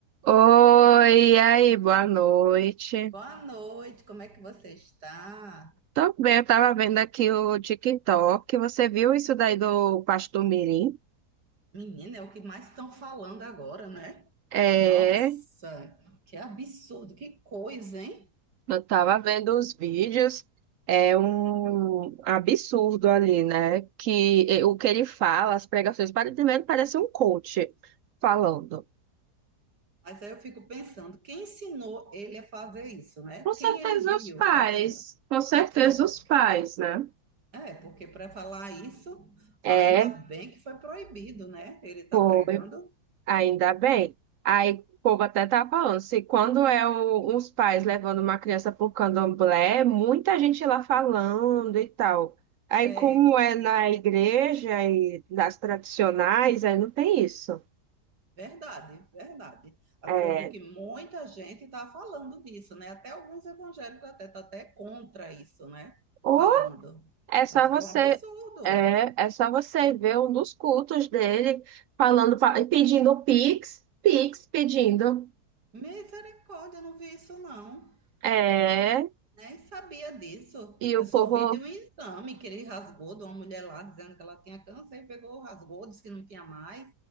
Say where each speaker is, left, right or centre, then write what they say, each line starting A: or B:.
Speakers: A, on the right; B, on the right.
A: Oi,
B: Ô,
A: e aí, boa noite.
B: boa noite, como é que você está?
A: Tô bem, eu tava vendo aqui o TikTok. Você viu isso daí do Pastor Mirim?
B: Menina, é o que mais estão falando agora, né?
A: É,
B: Nossa, que absurdo, que coisa, hein?
A: eu tava vendo os vídeos. É um absurdo ali, né? Que eh, o que ele fala, as pregações, pare- primeiro parece um coach falando.
B: Mas aí eu fico pensando, quem ensinou ele a fazer isso, né?
A: Com certeza
B: Quem ele viu
A: os pais,
B: fazendo?
A: com certeza
B: Que deve-
A: os pais, né?
B: É, porque para falar isso,
A: É,
B: ainda bem que foi proibido, né? Ele está
A: foi.
B: pregando
A: Ainda bem. Aí o povo até tá falando, se quando é o- uns pais levando uma criança pro candomblé, muita gente lá falando e tal. Aí
B: é,
A: como é na igreja e das tradicionais, aí não tem isso.
B: Verdade, verdade. Agora
A: É,
B: eu vi que muita gente está falando disso, né? Até alguns evangélicos até tá até contra isso, né?
A: ou
B: Falando.
A: é só
B: Mas
A: você
B: que é um absurdo.
A: é, é só você ver um dos cultos dele falando, pa- pedindo Pix, Pix pedindo.
B: Misericórdia, eu não vi isso não.
A: É,
B: Nem sabia disso.
A: e
B: Eu
A: o
B: só
A: povo
B: vi de um exame que ele rasgou de uma mulher lá dizendo que ela tinha câncer e pegou, rasgou, disse que não tinha mais.